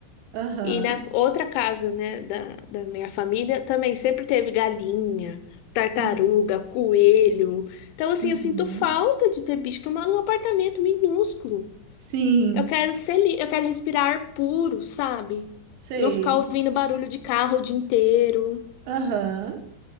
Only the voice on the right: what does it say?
aham,
uhum,
uhum,
sim,
sei,
aham,